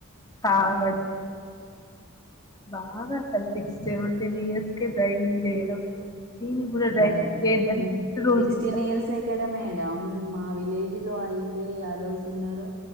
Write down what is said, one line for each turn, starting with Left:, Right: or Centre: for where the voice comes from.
Left: తగా
Right: ఉమ్.
Left: బాగా అసలు సిక్స్ సెవెన్ టీన్ ఇయర్స్ కె డ్రైవింగ్ చేయడం దీనికి కూడా డ్రైవింగ్
Right: డ్రైవ్
Left: చేయొద్దని స్ట్రిక్ట్ రూల్స్
Right: సిక్స్టీన్
Left: ఉంటాయి
Right: ఇయర్స్ ఎక్కడ మేడ్ డాం మా విలేజ్ లో అయితే యాదవ్స్ ఉన్నారు